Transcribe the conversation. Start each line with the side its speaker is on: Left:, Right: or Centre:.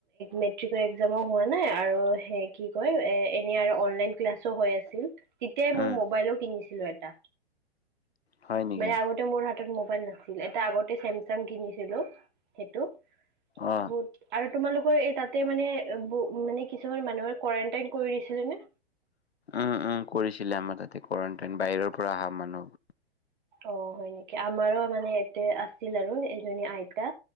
Right: মেট্ৰিকৰ একজামো হোৱা নাই আৰু সে কি কয় এ এনে আৰু অনলাইন ক্লাছো হৈ আছ- হৈছিল তেতিয়াই মই
Left: উম,
Right: মোবাইলো কিনিছিলো এটা।
Left: হয় নেকি?
Right: মানে আগতে মোৰ হাতত মোবাইল নাছিল। এটা আগতে চেমচাং কিনিছিলো। সেইটো
Left: অ',
Right: বহুত আৰ তোমালোকৰ এই তাতে মানে মানে কিছুমান মানুহে কোৱাৰেণ্টাইন কৰিছিলে নে?
Left: উম উম কৰিছিলে আমাৰ তাতে কোৱাৰেণ্টাইন বাহিৰৰ পৰা অহা মানুহ।
Right: অ হয় নেকি আমাৰো মানে এয়াতে আছিল আৰু এজনী আইতা।